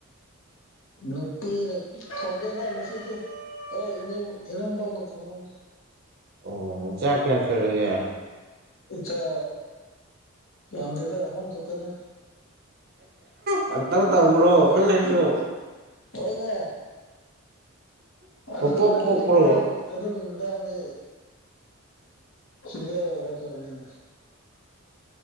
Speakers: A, on the left; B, on the right.
A: ꯅꯨꯄꯤꯅ ꯊꯣꯡꯗꯦꯗ ꯉꯁꯤꯗꯤ ꯍ ꯏꯅꯦꯝ ꯢꯅꯦꯝꯕꯣꯛꯅ ꯊꯣꯡꯉꯦꯗ
B: ꯑꯣ ꯏꯆꯥ ꯀꯌꯥ ꯁꯨꯔꯒꯦ
A: ꯏꯆꯥ ꯌꯥꯝꯗꯦꯗ ꯑꯍꯨꯝ ꯈꯛꯇꯅꯦ
B: ꯄꯪꯇꯧ ꯇꯧꯕ꯭ꯔꯣ ꯅꯪꯁꯨ
A: ꯍꯣꯏꯅꯦ ꯑꯗꯨ
B: ꯄꯨꯡꯄꯣꯛ
A: ꯑꯗꯨꯒꯤ
B: ꯄꯣꯛꯄ꯭ꯔꯣ
A: ꯃꯇꯥꯡ ꯑꯗꯨ ꯇꯥꯡꯗꯤ ꯁꯤꯅꯤꯌꯔ ꯑꯣꯏꯔꯒ ꯈꯪꯉꯅꯤꯗ